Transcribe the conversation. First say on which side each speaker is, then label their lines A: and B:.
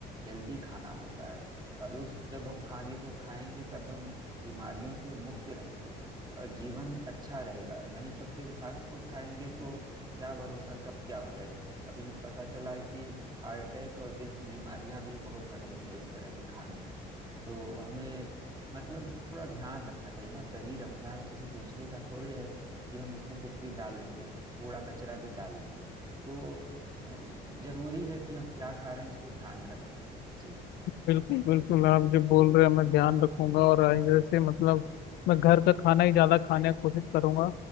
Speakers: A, on the right; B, on the left.
A: हेल्दी खाना होता है और उस जब हम खाने को खाएंगे तब हम बीमारियों से मुक्त रहेंगे और जीवन अच्छा रहेगा नहीं तो फिर फास्ट फूड खाएंगे तो क्या भरोसा कब क्या हो जाए अभी पता चला है कि हार्ट अटैक और दिल की बीमारियां भी बहुत बढ़ रही हैं इस तरह के खाने से तो हमें मतलब थोड़ा ध्यान रखना चाहिए ना शरीर अपना है किसी दूसरे का थोड़े है कि हम इसमें कुछ भी डाल लेंगे कूड़ा कचरा भी डाल लेंगे तो अ, जरूरी है कि हम क्या खा रहे हैं इस पे ध्यान रखें जी
B: बिल्कुल बिल्कुल आप जो बोल रहे हैं मैं ध्यान रखूंगा और इधर से मतलब मैं घर का खाना ही ज्यादा खाने की कोशिश करूंगा